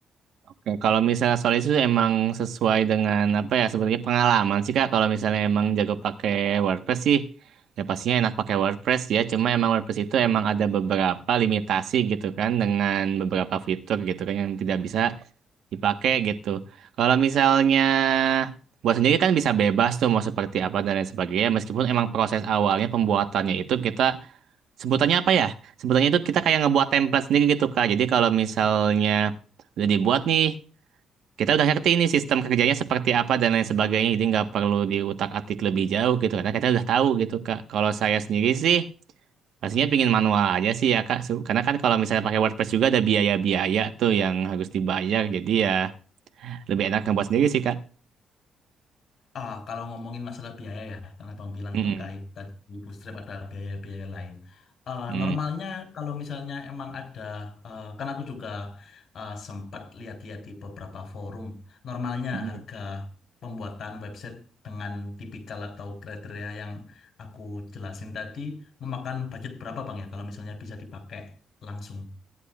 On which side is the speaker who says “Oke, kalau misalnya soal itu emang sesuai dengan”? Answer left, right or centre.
Right